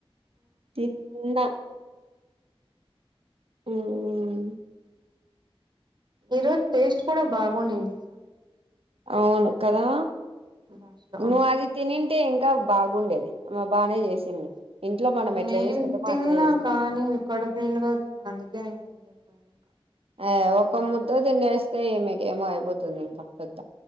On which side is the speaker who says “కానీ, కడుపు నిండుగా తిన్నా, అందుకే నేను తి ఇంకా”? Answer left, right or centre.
Right